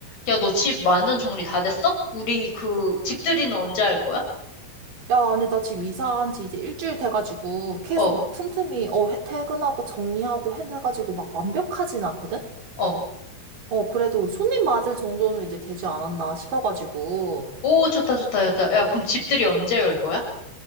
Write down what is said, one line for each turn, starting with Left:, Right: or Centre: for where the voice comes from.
Left: 야, 너 집 완전 정리 다 됐어? 우리 그 집들이는 언제 할 거야?
Right: 야, 아니, 나 지금 이사한 지 이제 일주일 돼가지고 계속
Left: 어,
Right: 막 틈틈이, 어, 해- 퇴근하고 정리하고 해가지고 막 완벽하진 않거든?
Left: 어.
Right: 어, 그래도 손님 맞을 정도는 이제 되지 않았나 싶어가지고.
Left: 오, 좋다, 좋다, 좋다. 야, 그럼 집들이 언제 열 거야?